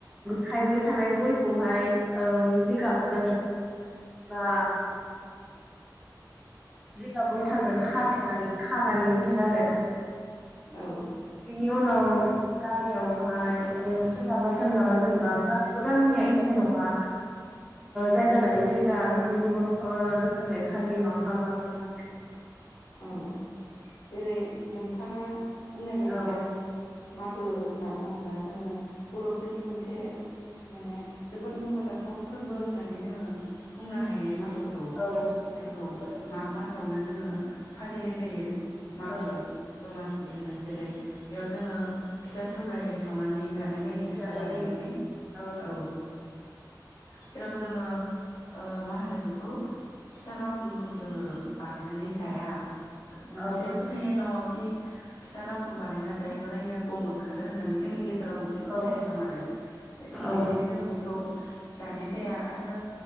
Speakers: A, in the centre; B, on the left.
A: खायबाय थानाय गयखौहाय जिगाबजों बा जिगाब लथाजों खााथेनानै खानानै दो आरो
B: औ
A: बेनि उनाव गामियाव ओमफ्राय सोरनाबा सोरनाबा जेनेबा गासिबो गामिनिया एखे नङा जायगा लायै जायगा गुबुन गुबुन रोखोमै फालियो नङा होनबा मागो दमासिखौ
B: औ जेरै नोंथाङा बुंनाय बायदिनो
A: औ
B: मा होनना बुङोब्ला जोंङो बर'फोरनि मोनसे माने जोबोद मख'जाथाव गोाथाव फोरबो होननानै जोंङो बुंनो हायो मागोखौ
A: औ
B: जायखौ
A: औ
B: माग मासावनो जोंङो फालिनाय जायो मागो
A: औ
B: दमासि होनो। जेरै बेयाव जोङो फिथा सौराय सावनानै जानाय जायो फिथा
A: जानाय
B: बानायनानै
A: जायो औ
B: ओ। जेराव जोंङो ओ मा होनो बेखौ फिथा लावदुम खौ जोंङो बानायनानै जाया। मोनसे
A: औ
B: फोथायनाय दङ खि, फिथा लावदुम बानायना जायोबालायनो गं ओंखारो होननानै जोंनि गेजेराव मोनसे फोथायनाय
A: औ
B: दं आरो। बेनिखायनो
A: औ
B: जोंङो बेखौ, जानाय जाया। आरो